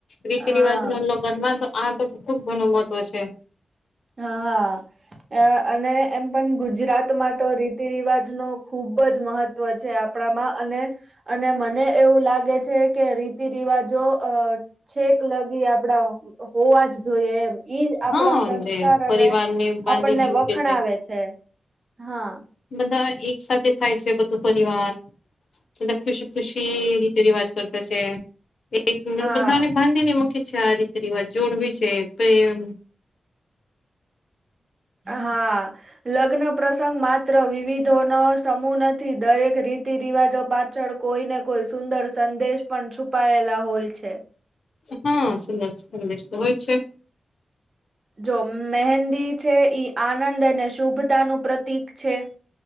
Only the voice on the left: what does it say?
રીતિ
રિવાજ નો લગ્નમાં તો આ તો ખુબ ઘણો મહત્વ છે.
હા
જે પરિવારને
બાંધીને
મૂકે
બધા એક સાથે થાય છે બધું પરિવાર બધા ખુશી ખુશી રીતિ રિવાજ કરતા છે એક
બધાને બાંધી ને મૂકી છે આ રીતે રિવાજ જોડવી છે પ્રેમ
હા સુંદર સંદેશ તો હોય છે.